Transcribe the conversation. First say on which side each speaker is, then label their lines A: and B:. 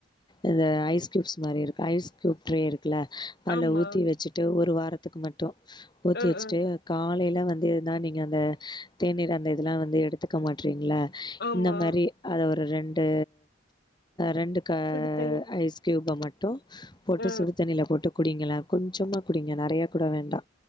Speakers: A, on the left; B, on the left.
A: இந்த ஐஸ் கியூப்ஸ் மாரி இருக்கு ஐஸ் கியூப் ட்ரே இருக்குல அதுல
B: ஆமா
A: ஊத்தி வெச்சுட்டு ஒரு வாரத்துக்கு மட்டு ஊத்தி
B: ஆ
A: வெச்சுட்டு
B: ஆ
A: காலையில வந்து இதுதா நீங்க அந்த தேநீர் அந்த இதெல்லா வந்து எடுத்துக்க மாட்டறீங்ள
B: ஆமா
A: இந்த மாரி அத ஒரு ரெண்டு ரெண்டு கரு
B: சுடு தண்ணி
A: ஐஸ் க்யூப் மட்டு போட்டு
B: ஆ
A: சுடு தண்ணியில போட்டு குடிங்கள கொஞ்சமா குடிங்க நிறைய கூட வேண்டா